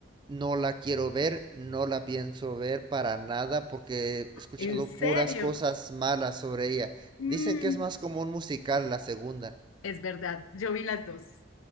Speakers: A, on the right (about 20°); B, on the left (about 85°).
A: no la quiero ver, no la pienso ver para nada porque he escuchado
B: ¿En serio?
A: puras cosas malas sobre ella.
B: Mm,
A: Dicen que es más como un musical la segunda.
B: es verdad, yo vi las dos